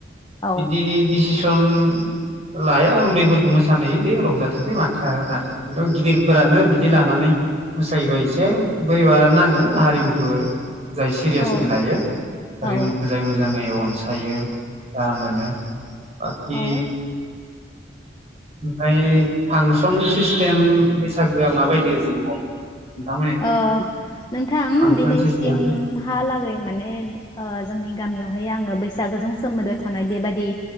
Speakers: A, on the left; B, on the right.
A: औ
B: बिदि डिसिसन लाया उन्दैफोरखौ मोसानै बे रंजाथोंसै माथो माथो खिन्थु गिदिरफोरानो बिदि लानानै मोसायोबा एसे बोरैबा नाङो हारिमुखो जाय सिरियासलि
A: औ
B: लायो हारिमुखौ
A: औ
B: जाय मोजाङै अन मोसायो गाहाम मोनो। बाखि
A: औ
B: ओमफ्राय फांसन सिस्टेम बैसागोआ माबायदि ओजोंहाय? नोंथांमोननिथिं?
A: अ नोंथां
B: फांसन
A: दिनैसिमहालागै
B: सिस्टेम
A: माने ओ जोंनि गामियावहाय आङो बै बैसागोजों सोमोन्दो थानाय बेबादि